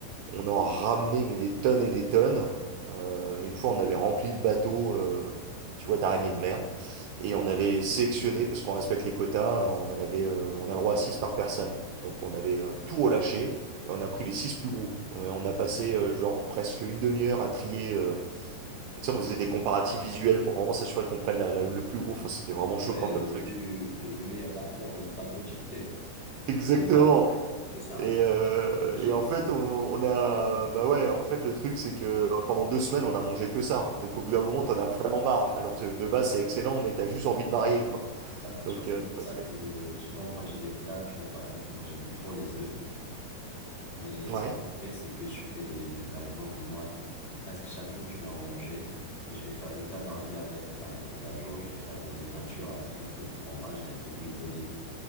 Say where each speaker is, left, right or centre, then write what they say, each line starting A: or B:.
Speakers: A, on the right; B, on the right.
A: On en ramenait, mais des tonnes et des tonnes. Euh, une fois, on avait rempli le bateau, euh, tu vois, d'araignées de mer. Et on avait sélectionné, parce qu'on respecte les quotas, euh, on en avait, euh, on a le droit à 6 par personne. Donc, on avait euh, tout relâché. Et on a pris les 6 plus gros. Euh, on a passé, euh, genre, presque une demi-heure à trier. euh, Tu sais, on faisait des comparatifs visuels pour vraiment s'assurer qu'on prenne la- la- le plus gros. Enfin, c'était vraiment
B: Ouais,
A: choquant
B: le
A: comme truc.
B: plus, le, le meilleur rapport entre la quantité
A: Exactement.
B: et les nombres. C'est ça.
A: Et, euh,
B: C'est Logique.
A: et en fait, on, on a, bah ouais, en fait, le truc, c'est que pendant deux semaines, on a mangé que ça. Donc, au bout d'un moment,
B: Ouais.
A: t'en as vraiment marre. Alors que de base, c'est excellent, mais t'as juste envie de varier, quoi.
B: Ça, c'est
A: Donc,
B: sûr, c'est
A: euh,
B: pour
A: ouais.
B: ça
A: c'est-
B: que, tu vois, moi, j'ai des plats, tu vois, par exemple, moi, j'aime trop les œufs, mais
A: ouais.
B: ce que je fais, c'est que je fais des, par exemple, moi, presque chaque jour, je vais en manger, mais je vais faire des plats variés avec. Par exemple, un jour, je vais faire des œufs nature avec un peu de fromage et un peu d'huile d'olive.